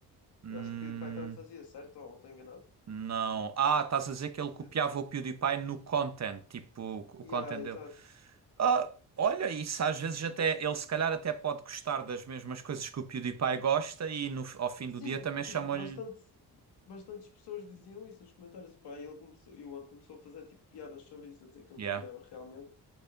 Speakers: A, on the right (about 40°); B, on the left (about 80°).
A: hum.
B: Eu acho que o PewDiePie também fazia, certo? Ou estou enganado?
A: Não. Ah, estás a dizer que ele
B: Fazia...
A: copiava o PewDiePie no content, tipo o
B: Yeah,
A: o content
B: exato.
A: dele. Ah, olha, isso às vezes até ele se calhar até pode gostar das mesmas coisas que o PewDiePie gosta e no, ao fim
B: Sim,
A: do dia também
B: tipo,
A: chamam-lhe.
B: bastante, bastantes pessoas diziam isso nos comentários. Epá, e ele começou, e o Ant começou a fazer tipo piadas sobre isso, a dizer que ele
A: Yeah.
B: copiava realmente,